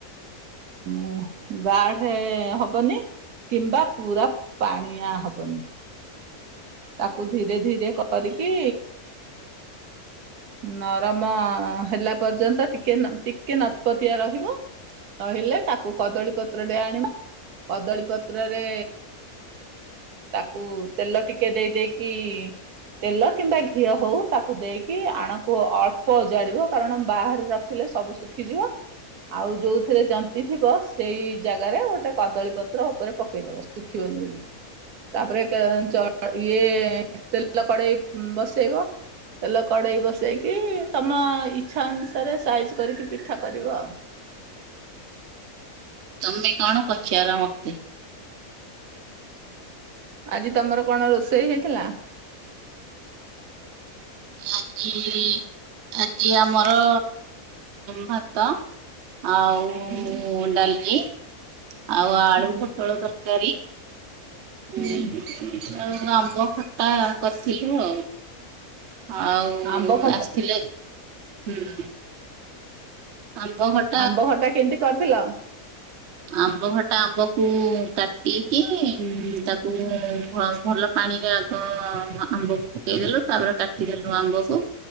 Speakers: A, on the right; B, on the right.
A: ଉ ଗାଢ ହବନି। କିମ୍ବା ପୁରା ପାଣିଆ ହବନି। ତାକୁ ଧୀରେ ଧୀରେ କରିକି,
B: <inaudible>
A: ନରମ ହେଲା ପର୍ଯ୍ୟନ୍ତ ଟିକେ ଟିକେ ନପତିଆ ରହିବ। କହିଲେ ତାକୁ କଦଳୀ ପତ୍ର ଟେ ଆଣିବ କଦଳୀ ପତ୍ରରେ କୁ ତେଲ ଟିକେ ଦେଇ ଦେଇକି ତେଲ କିମ୍ବା ଘିଅ ହୋଉ ତାକୁ ଦେଇକି ଆଣକୁ ଅଳ୍ପ ଓଜାଡ଼ିବ କାରଣ ବାହାରେ ରଖିଲେ ସବୁ ଖି ଯିବ। ଆଉ ଯୋଉ ଥିରେ ଜନ୍ତି ଥିବ, ସେଇ ଜାଗାରେ ଗୋଟେ କଦଳୀ ପତ୍ର ଉପରେ ପକେଇଦବ। ଶୁଖୀିବନୀ ବୋଲି। ତାପରେ କ ଚ ଇଏ ତେଲ କଡେଇ ବସେଇବ ତେଲ କଡ଼େଇ ବସେଇକି ତମ ଇଚ୍ଛା ଅନୁସାରେ ସାଇଜ୍ କରିକି ପିଠା କରିବ ଆଉ।
B: ତମେ କଣ ପଚାର ମତେ?
A: ଆଜି ତମର କଣ ରୋଷେଇ ହେଇଥିଲା?
B: ଆଜି ଆଜି ଆମର ଭାତ ଆଉ
A: ହୁଁ
B: ଡାଲି। ଆଉ ଆଳୁ
A: ହୁଁ
B: ପୋଟଳ ତରକାରୀ
A: ହୁଁ
B: ଉଁ ଆଉ ଆମ୍ବ ଖଟା, କର୍ ଥିଲୁ ଆଉ। ଆଉ
A: ଆମ୍ବ ଖଟା
B: ଆସ୍ ଥିଲେ, ହୁଁ। ଆମ୍ବ ଖଟ୍
A: ଆମ୍ବ ଖଟା କେମିତି କର୍ ଥିଲ?
B: ଆମ୍ବ ଖଟା ଆମ୍ବକୁ କାଟିକି, ତାକୁ ଭ ଭଲ ପାଣିରେ ଆଗ ଆମ୍ବକୁ ପକେଇଦେଲୁ, ତାପରେ କାଟିଦେଲୁ ଆମ୍ବକୁ।